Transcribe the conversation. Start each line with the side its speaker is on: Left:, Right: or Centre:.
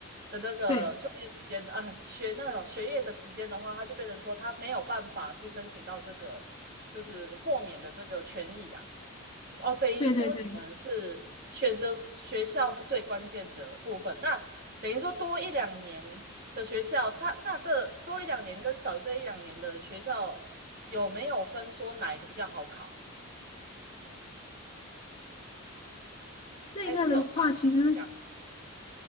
Right: 的那个就业时间啊，
Left: 对
Right: 学那种学业的时间的话，他就变成说他没有办法去申请到这个就是豁免的这个权益啊。哦，等于说你们是选择学校是最关键的部分。
Left: 对对对，
Right: 那等于说多一两年的学校，他那这多一两年跟少这一两年的学校有没有分说哪一个比较好考？
Left: 这个的话其实
Right: 还是没有差，其实一样？